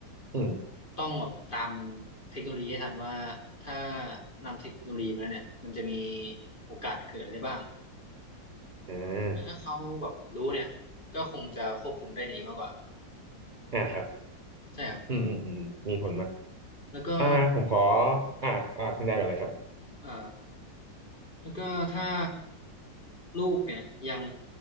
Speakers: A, on the right; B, on the left.
A: อืม
B: ต้องแบบตามเทคโนโลยีให้ทันว่าถ้านำเทคโนโลยีมาแล้วเนี่ยมันจะมีโอกาสเกิดอะไรได้บ้าง
A: อ่า
B: แต่ถ้าเขาแบบรู้เนี่ยก็คงจะควบคุมได้ดีมากกว่า
A: อ่าครับ
B: ใช่ครับ
A: อืมอืมอืมมีผลมาก
B: แล้วก็
A: อ่าผมขออ่าอ่าคุณยายก่อนเลยครับ
B: เอ่อแล้วก็ถ้าลูกเนี่ยยัง